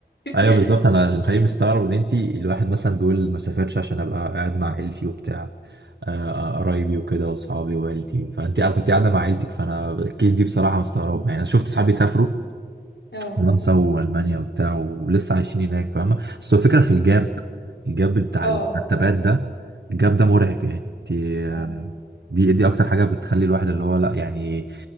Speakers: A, on the left (about 75°); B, on the right (about 80°).
A: <laughs>
B: ايوه بالظبط انا اللي مخليني مستغرب ان انت الواحد مثلا بيقول ما سافرش عشان ابقى قاعد مع عيلتي وبتاع آه، آه، قرايبي وكده واصحابي وعيلتي فانت كنت قاعده مع عيلتك فانا الكيس دي بصراحه مستغربه يعني انا شفت صحابي سافروا
A: اه
B: فرنسا والمانيا وبتاع ولسه عايشين هناك فاهمه بس هو الفكره في الجاب الجاب بتاع
A: اه
B: المرتبات ده الجاب ده مرعب يعني دي
A: اه
B: دي دي اكتر حاجه بتخلي الواحد اللي هو لا يعني